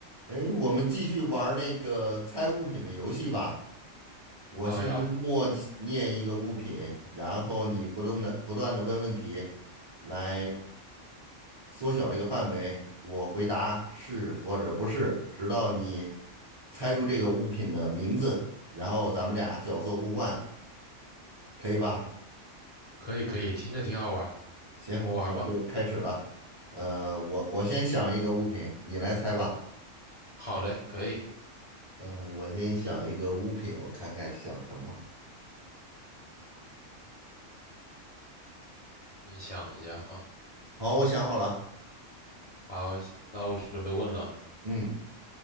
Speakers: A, on the right; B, on the left.
A: 哎，我们继续玩儿那个猜物品的游戏吧。我心中默念一个物品，
B: 好呀，
A: 然后你不断的不断的问问题，来缩小这个范围。我回答是或者不是，直到你猜出这个物品的名字，然后咱们俩角色互换，可以吧？
B: 可以可以，听着挺好玩儿我们玩儿吧。
A: 行，那我就开始了。呃，我我先想一个物品，你来猜吧。
B: 好嘞，可以，
A: 嗯、我先想一个物品，我看看想什么。
B: 你想一下啊。
A: 好，我想好了。
B: 好，那我准备问了。
A: 嗯，